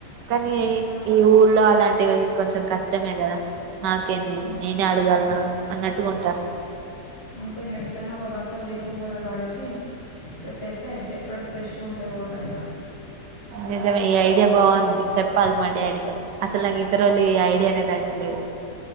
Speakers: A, on the right (about 80°); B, on the left (about 35°).
A: కానీ
B: హ్మ్ అంతే
A: ఈ ఊళ్ళో అలాంటివి కొంచెం కష్టమే కదా నాకేం
B: హ్మ్
A: నేనే అడగాలనా అన్నట్టుగుంటారు
B: అంతేలేండి కానీ ఒక బస్తా బ్లీచింగ్ పౌడర్ వాడేసి పెట్టేస్తే ఎప్పటికి ఫ్రెష్ ఉంటాయి వాటరిగా
A: నిజమే ఈ ఐడియా బాగుంది చెప్పాలి మా డాడికి అసలు నాకు ఇంత రోళ్ళు ఈ ఐడియా అనేది తట్టలేదు